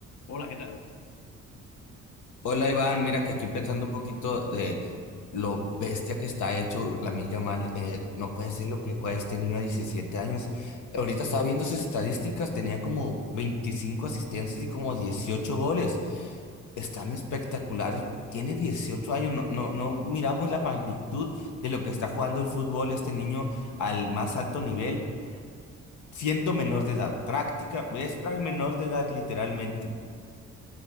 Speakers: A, on the left; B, on the left.
A: Hola, ¿qué tal?
B: Hola Iván, mira que aquí pensando un poquito de lo bestia que está hecho la Yamal, eh, no puede ser lo que juega este niño a 17 años. Ahorita estaba viendo sus estadísticas, tenía como 25 asistencias y como 18 goles. Están espectaculares. Tiene 18 años, no, no, no miramos la magnitud de lo que está jugando el fútbol este niño al más alto nivel, siendo menor de edad, práctica, es pra- menor de edad literalmente.